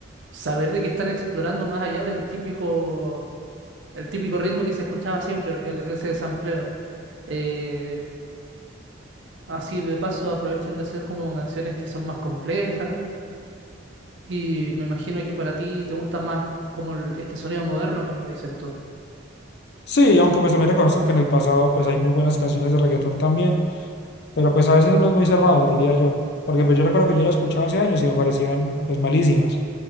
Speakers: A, on the right; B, on the left.
A: saber de que están explorando más allá del típico, el típico ritmo que se escuchaba siempre, el- ese sampleo. Eh, así de paso aprovechan de hacer como canciones que son más complejas y me imagino que para ti te gusta más como el- este sonido moderno que me dices tú.
B: Sí, aunque pues también reconozco que en el pasado pues hay muy buenas canciones de reggaetón también, pero pues a veces uno es muy cerrado, diría yo, porque pues yo recuerdo que yo la escuchaba hace años y me parecían pues malísimas.